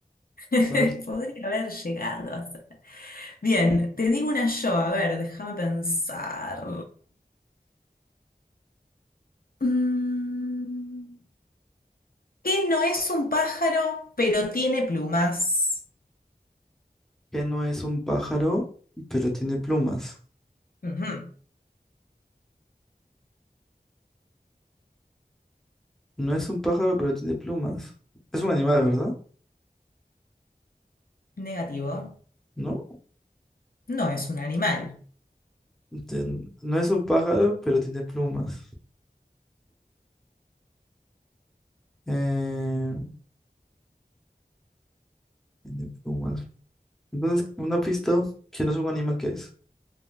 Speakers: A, on the left; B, in the centre.
A: <laughs>
B: A ver,
A: Podría haber llegado a ser. Bien, te digo una yo, a ver, déjame pensar. Mm, ¿Qué no es un pájaro, pero tiene plumas?
B: ¿qué no es un pájaro, pero tiene plumas?
A: Ujú,
B: No es un pájaro, pero tiene plumas. Es un animal, ¿verdad?
A: Negativo.
B: ¿No?
A: No es un animal.
B: Ten- no es un pájaro, pero tiene plumas. Eh, tiene plumas. Entonces, una pista, si no es un animal, ¿qué es?